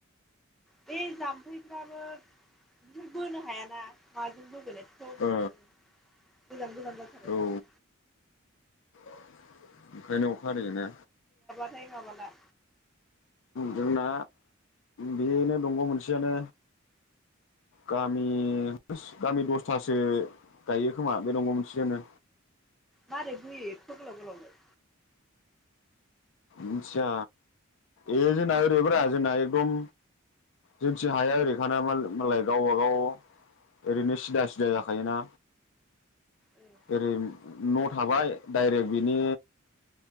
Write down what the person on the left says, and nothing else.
ओ
औ
<unintelligible> ओंखायनो अखा हादैजोंना
जोंना बेनो दंग मोनसेयानो गामि गामि दसथासो गायो खोमा बे दंग मोनसेजोंनो
मिथिया ए जोंना ओरैब्रा जोंना एकदम जोंथिं हाया ओरैखाना मालाय गावबाागाव ओरैनो सिदा सिदा जाखायोना
ओरै न थाबाय डाइरेक्ट बिनि